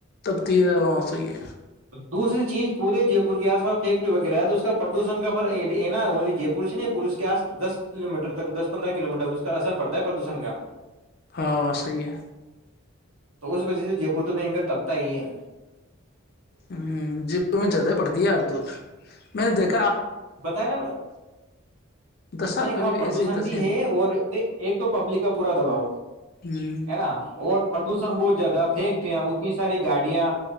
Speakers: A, on the left (about 45°); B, on the right (about 80°).
A: تبتی ہے ہاں صحیح ہے
B: دوسری چیز پورے جے پور کے آس پاس فیکٹ وغیرہ ہے تو اس کا پردشن کا فر نا اونلی جے پور سے نہیں پورے اس کے آس دس کلو میٹر تک دس پندرہ کلو میٹر اس کا اثر پڑتا ہے پردوشن کا
A: ہاں صحیح ہے
B: تو اس وجہ سے جے پور تو ب گ تبتا ہی ہے
A: ہمم جی جدہ پڑتی ار د میں نے دیکھ
B: بتایا نا
A: دس سال
B: نہیں
A: پہلے
B: وہاں
A: بھی
B: پردوشن
A: ایسے ہی تسین
B: بھی ہے اور ایک تو پبلک کا پورا دباؤ
A: ہ
B: ہے نا اور پردشن بہت زیادہ پھینکتے ہیں ات ساری گای گڈیاں